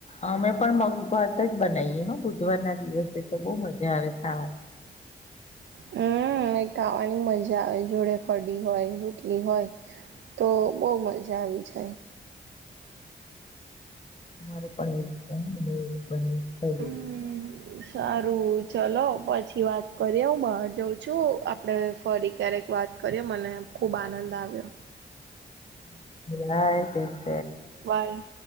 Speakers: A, on the left (about 35°); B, on the right (about 70°).
A: અમે પણ મગભાત જ બનાવીએ હ બુધવારના દિ દિવસે તો બહુ મજા આવે ખાવાની.
B: હમ એક ખાવાની મજા આવે જોડે કઢી હોય રોટલી હોય તો બહુ મજા આવી જ
A: અરે પણ છે બ થઈ
B: હમ
A: ગયું
B: સારું ચલો પછી વાત કરીએ હું બહાર જાઉં છું આપડે ફરી ક્યારેક વાત કરીએ મને ખૂબ આનંદ આવ્યો.
A: <unintelligible>
B: વાય